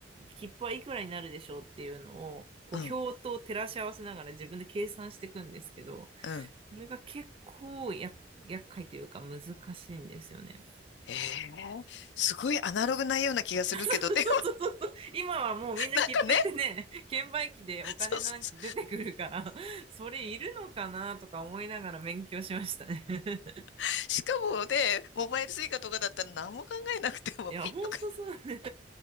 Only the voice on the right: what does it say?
切符はいくらになるでしょうっていうのを、こう、
表と照らし合わせながら自分で計算していくんですけど、
それが結構や、厄介というか難しいんですよね。
<laughs>
今はもうみんな切符ってね、
券売機でお金なんか出てくるから、
それいるのかなとか思いながら勉強しましたね。<laughs>
いや、ほんとそうね。